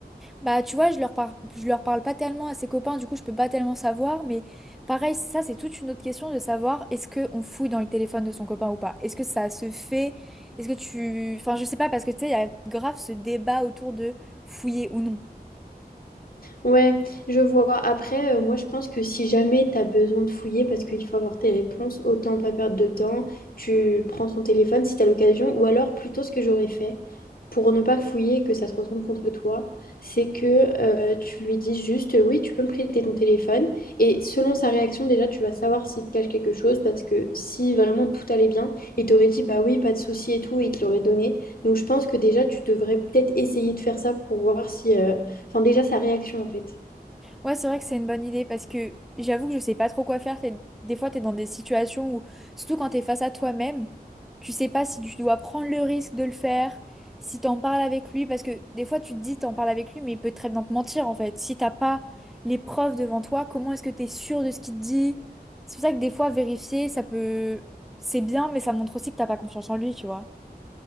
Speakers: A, in the centre; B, on the left.
A: Bah, tu vois, je leur par- je leur parle pas tellement à ses copains, du coup, je peux pas tellement savoir, mais pareil, ça, c'est toute une autre question de savoir est-ce qu'on fouille dans le téléphone de son copain ou pas? Est-ce que ça se fait? Est-ce que tu. Enfin, je sais pas, parce que tu sais, il y a grave ce débat autour de fouiller ou non.
B: Ouais, je vois. Après, euh, moi, je pense que si jamais tu as besoin de fouiller parce qu'il faut avoir tes réponses, autant pas perdre de temps. Tu prends son téléphone si tu as l'occasion. Ou alors, plutôt, ce que j'aurais fait pour ne pas fouiller et que ça se retourne contre toi, c'est que euh, tu lui dis juste euh, oui, tu peux me prêter ton téléphone. Et selon sa réaction, déjà, tu vas savoir s'il te cache quelque chose parce que si vraiment tout allait bien, il t'aurait dit bah oui, pas de souci et tout, et il te l'aurait donné. Donc, je pense que déjà, tu devrais peut-être essayer de faire ça pour voir si. euh, Enfin, déjà, sa réaction, en fait.
A: Ouais, c'est vrai que c'est une bonne idée parce que j'avoue que je sais pas trop quoi faire. Fait- Des fois, t'es dans des situations où, surtout quand t'es face à toi-même, tu sais pas si tu dois prendre le risque de le faire, si t'en parles avec lui, parce que des fois, tu te dis t'en parles avec lui, mais il peut très bien te mentir en fait. Si t'as pas les preuves devant toi, comment est-ce que t'es sûr de ce qu'il te dit? C'est pour ça que des fois, vérifier, ça peut, c'est bien, mais ça montre aussi que t'as pas confiance en lui, tu vois.